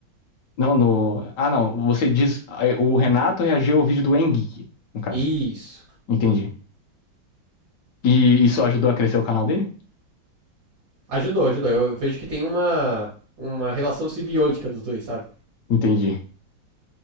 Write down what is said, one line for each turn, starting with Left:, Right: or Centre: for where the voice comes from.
Left: Não, no. Ah, não. Você diz. é, O Renato reagiu ao vídeo do Engeek, no caso.
Right: Isso.
Left: Entendi. E isso ajudou a crescer o canal dele?
Right: Ajudou, ajudou. Eu vejo que tem uma, uma relação simbiótica dos dois, sabe?
Left: Entendi.